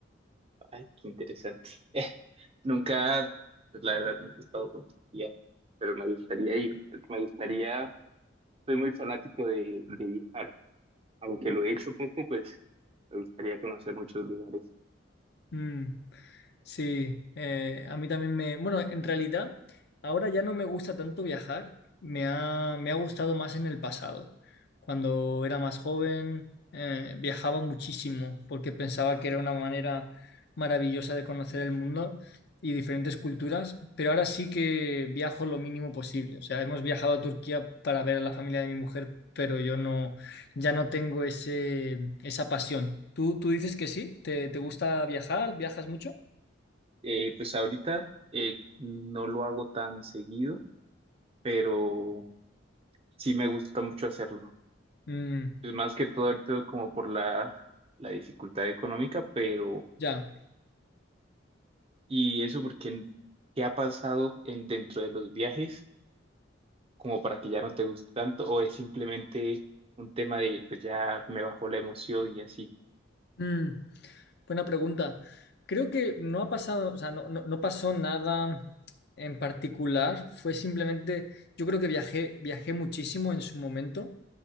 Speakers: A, on the right; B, on the left.
A: Ay, qué interesante. <laughs> nunca, pues la verdad, nunca he estado por Turquía, pero me gustaría ir. Me gustaría, soy muy fanático de, de viajar, aunque lo he hecho poco, pues me gustaría conocer muchos lugares.
B: Mm. Sí, eh, a mí también me... Bueno, en realidad, ahora ya no me gusta tanto viajar, me ha, me ha gustado más en el pasado. Cuando era más joven, eh, viajaba muchísimo porque pensaba que era una manera maravillosa de conocer el mundo y diferentes culturas, pero ahora sí que viajo lo mínimo posible. O sea, hemos viajado a Turquía para ver a la familia de mi mujer, pero yo no, ya no tengo ese, esa pasión. ¿Tú, tú dices que sí? ¿Te, te gusta viajar? ¿Viajas mucho?
A: Eh, pues ahorita eh, no lo hago tan seguido, pero sí me gusta mucho hacerlo.
B: Mm,
A: Pues más que todo ahorita como por la, la dificultad económica, pero,
B: ya.
A: y eso porque, n- ¿qué ha pasado en, dentro de los viajes? como para que ya no te guste tanto o es simplemente un tema de pues ya me bajó la emoción y así.
B: Mm, buena pregunta. Creo que no ha pasado, o sea, no, no- no pasó nada en particular. Fue simplemente, yo creo que viajé, viajé muchísimo en su momento.